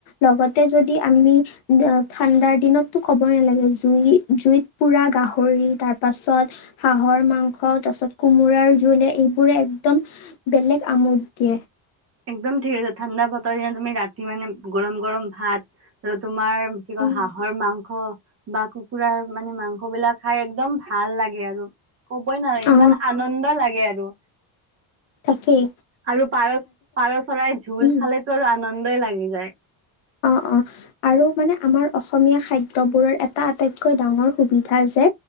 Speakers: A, on the left (about 85°); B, on the right (about 30°).
A: লগতে যদি আমি ঠাণ্ডাৰ দিনত ক'বই নালাগে জুই জুইত পুৰা গাহৰি তাৰ পাছত হাহৰ মাংস তাৰ পাছত কোমোৰাৰ জোলে এইবোৰে একদম বেলেগ আমোদ দিয়ে।
B: একদম ঠিক আছে ঠাণ্ডা বতৰ দিনা তুমি ৰাতি মানে গৰম গৰম ভাত আৰু তোমাৰ কি ক
A: উম,
B: হাঁহৰ মাংস বা কুকুৰাৰ মানে মাংস বিলাক খাই একদম ভাল লাগে আৰু। কবই নোৱাৰি
A: অ
B: ইমান আনন্দ লাগে আৰু
A: তাকেই
B: আৰু পাৰ পাৰ চৰাই জোল
A: উম
B: খালেতো আৰু আনন্দই লাগি যায়।
A: অ অ আৰু মানে আমাৰ অসমীয়া খাদ্যৰ বোৰৰ এটা আটাইতকৈ ডাঙৰ সুবিধা যে